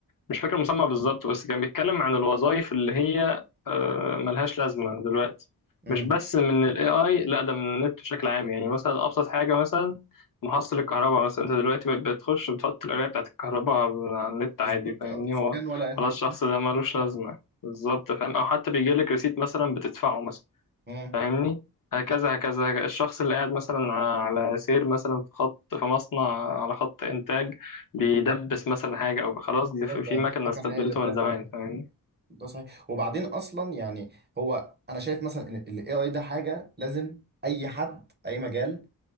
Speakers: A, on the left; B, on the right.
A: مش فاكر المسمى بالظبط بس كان بيتكلم عن الوظائف اللي هي آه، ملهاش لازمه دلوقتي
B: <laughs>
A: مش بس من الاي اي لا ده من النت بشكل عام يعني مثلا ابسط حاجه مثلا محصل الكهرباء مثلا انت دلوقتي بقت بتخش بتحط القرايه بتاعت الكهرباء على النت
B: بالظبط
A: عادي فاهمني
B: ارض
A: هو
B: سكان ولا اي حاجه
A: خلاص الشخص ده ملوش لازمه بالظبط فاهم او حتى بيجي لك ريسيت مثلا بتدفعه مثلا
B: مم.
A: فاهمني هكذا هكذا الشخص اللي قاعد مثلا ع- على سير مثلا في خط في مصنع على خط إنتاج بيدبس مثلا حاجة أو خلاص دي في
B: خلاص بقى
A: في مكنة
B: في مكنه
A: استبدلته
B: هي اللي بتعمل
A: من زمان
B: ده
A: فاهمني
B: ده صحيح وبعدين اصلا يعني هو انا شايف مثلا ان الاي اي ده حاجه لازم اي حد اي مجال